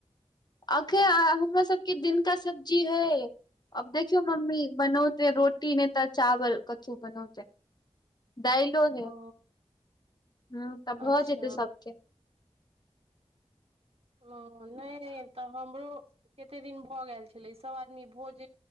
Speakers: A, on the left; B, on the right.
A: अखेन हमरा सबके दिनका सब्जी हय अब देखियौ मम्मी बनौते रोटी नहि तऽ चावल कथू बनौते दाइलो हऽ
B: ओ
A: हऽ तऽ भऽ
B: अच्छा
A: जेतै सब के
B: हाँ नहि तऽ हमरो कते दिन भऽ गेल छलै सभऽ आदमी भोज